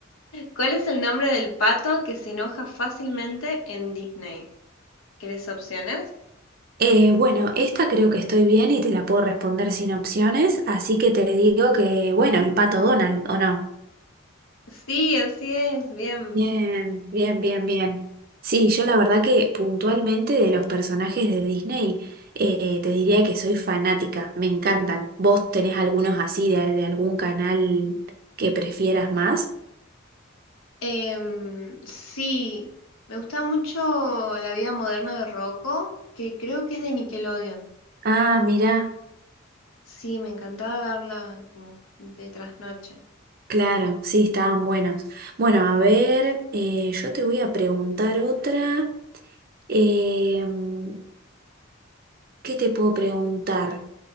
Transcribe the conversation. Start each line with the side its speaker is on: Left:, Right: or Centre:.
Left: ¿Cuál es el nombre del pato que se enoja fácilmente en Disney? ¿Querés opciones?
Right: Eh, bueno, esta creo que estoy bien y te la puedo responder sin opciones, así que te digo que, bueno, el pato Donald, ¿o no?
Left: Sí, así es, bien.
Right: Bien, bien, bien, bien. Sí, yo la verdad que puntualmente de los personajes de Disney eh, te diría que soy fanática, me encantan. ¿Vos tenés algunos así de, de algún canal que prefieras más?
Left: Em, sí, me gusta mucho La vida moderna de Rocco, que creo que es de Nickelodeon.
Right: Ah, mira
Left: Sí, me encantaba verla como de trasnoche.
Right: claro, sí, estaban buenos. Bueno, a ver, eh, yo te voy a preguntar otra. Em, ¿qué te puedo preguntar?